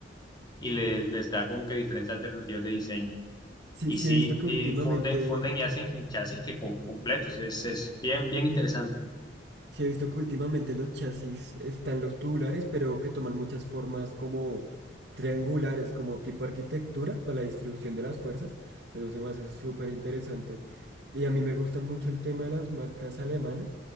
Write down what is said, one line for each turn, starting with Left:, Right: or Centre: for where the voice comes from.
Left: y le- les da como que diferentes alternativas de diseño.
Right: Sí,
Left: Y
Right: sí
Left: sí,
Right: he visto que
Left: y
Right: últimamente,
Left: funden, funden y hacen chasis que con, completos, es, es bien, bien interesante.
Right: sí he visto que últimamente los chasis están los tubulares, pero que toman muchas formas como triangulares, como tipo arquitectura para la distribución de las fuerzas. Eso se me hace súper interesante. Y a mí me gustan mucho el tema de las marcas alemanas,